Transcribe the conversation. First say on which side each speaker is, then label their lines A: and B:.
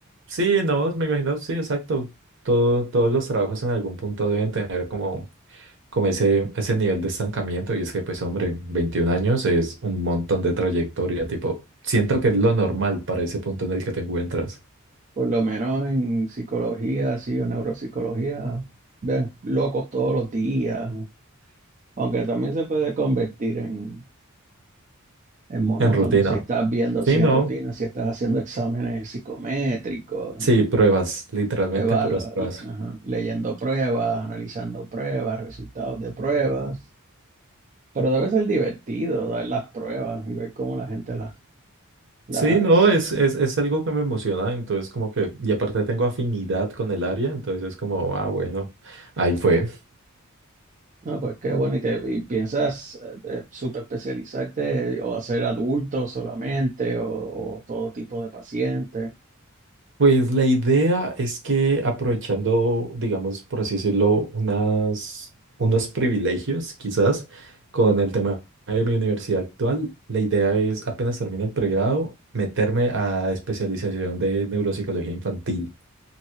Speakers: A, on the right; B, on the right.
A: Sí, no, me imagino, sí, exacto. Todo- todos los trabajos en algún punto deben tener como, como ese, ese nivel de estancamiento. Y es que, pues, hombre, 21 años es un montón de trayectoria. Tipo, siento que es lo normal para ese punto en el que te encuentras.
B: por lo menos en psicología, sí, o neuropsicología. Ves locos todos los días, aunque también se puede convertir en, es monótono.
A: En rutina.
B: Si estás viendo
A: Sí,
B: si
A: no.
B: rutinas si estás haciendo exámenes psicométricos,
A: Sí, pruebas, literalmente
B: evalu-
A: puras pruebas.
B: ajá, leyendo pruebas, analizando pruebas, resultados de pruebas. Pero debe ser divertido dar las pruebas y ver cómo la gente las... las...
A: Sí, no, es, es, es algo que me emociona, entonces como que, y aparte tengo afinidad con el área, entonces es como, ah, bueno, ahí fue.
B: No, pues qué bueno. Y, te, y piensas eh, eh, súper especializarte o hacer adultos solamente o, o todo tipo de pacientes.
A: Pues la idea es que aprovechando, digamos, por así decirlo, unas, unos privilegios quizás con el tema de mi universidad actual, la idea es apenas termine el pregrado, meterme a especialización de neuropsicología infantil.